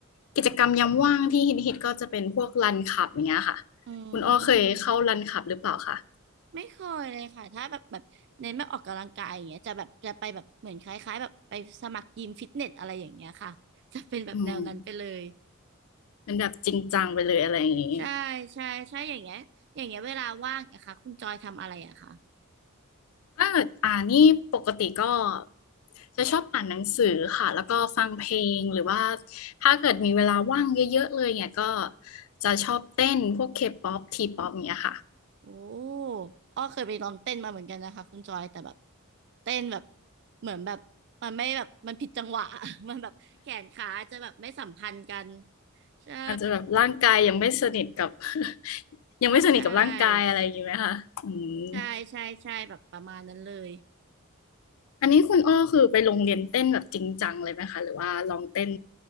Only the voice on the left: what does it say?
กิจกรรมยามว่างที่ฮิตฮิตก็จะเป็นพวกรันขับอย่างเงี้ยค่ะ
คุณอ้อเคยเข้ารันขับหรือเปล่าคะ
อืมเป็นแบบจริงจังไปเลยอะไรอย่างงี้
ถ้าเกิดอ่านนี่ปกติก็จะชอบอ่านหนังสือค่ะแล้วก็ฟังเพลงหรือว่าถ้าเกิดมีเวลาว่างเยอะๆเลยเนี่ยก็จะชอบเต้นพวกเคป๊อปทีป๊อปเนี่ยค่ะ
อาจจะแบบร่างกายยังไม่สนิทกับ <laughs> ยังไม่สนิทกับร่างกายอะไรอย่างนี้ไหมคะอืม
อันนี้คุณอ้อคือไปโรงเรียนเต้นแบบจริงจังเลยไหมคะหรือว่าลองเต้น